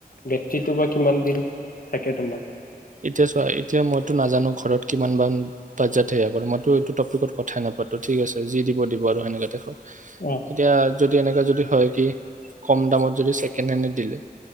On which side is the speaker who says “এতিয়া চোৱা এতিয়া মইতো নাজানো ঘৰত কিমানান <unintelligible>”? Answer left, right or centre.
Right